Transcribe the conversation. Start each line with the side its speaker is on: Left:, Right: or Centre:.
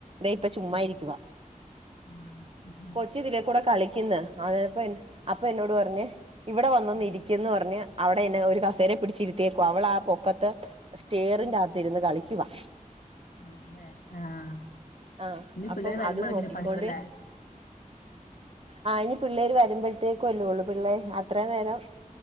Right: ദേ ഇപ്പം ചുമ്മാ
Left: ഉം
Right: ഇരിക്കുവാ.
Left: ആഹ് ഉം
Right: കൊച്ച് ഇതിലക്കൂടെ കളിക്കുന്ന്. അതെപ്പോ അപ്പൊ എന്നോട് പറഞ്ഞ് ഇവിടെ വന്നൊന്ന്
Left: ആഹ്
Right: ഇരിക്കന്ന് പറഞ്ഞ് അവിടെ അയ്ന് ഒരു കസേരെ പിടിച്ചിരുത്തിയേക്കാ. അവള് ആ പൊക്കത്ത് സ്റ്റിയറിൻ്റാത്ത് ഇരുന്ന് കളിക്കുവാ.
Left: ആണല്ലേ ആഹ്.
Right: ആ
Left: ഇനി
Right: അപ്പം
Left: പിള്ളേര് വരുമ്പോളായിരിക്കല്ലേ
Right: അത് നോക്കിക്കൊണ്ട്
Left: പണികളല്ലേ.
Right: ആ ഇനി പിള്ളേര് വരുമ്പോഴത്തേക്കു അല്ലേയുള്ളൂ പിള്ളേര് അത്രേം നേരം